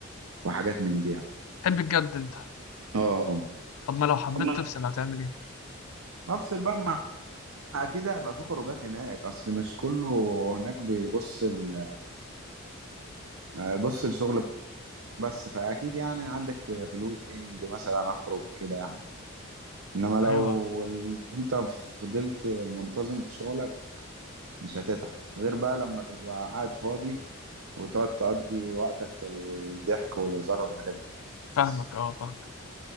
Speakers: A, on the right; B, on the left.
A: وحاجات من دي يعني
B: تحب الجد انت
A: آه
B: طب ما لو حبيت
A: طب ما
B: تفصل
A: أنا-
B: هتعمل ايه
A: أفصل بقى مع أكيد هيبقى في خروجات هناك أصل مش كله هناك بيبص ال... آه، بص الشغل بس فأكيد يعني عندك في الويك إند مثلا أخرج كده يعني انما لو
B: ايوه
A: ال- انت فضلت منتظم في شغلك مش هتتعب غير بقى لما تبقى قاعد فاضي وتقعد تقضي وقتك في الضحك والهزار والحاجات دي
B: فاهمك
A: بس
B: اه فاهمك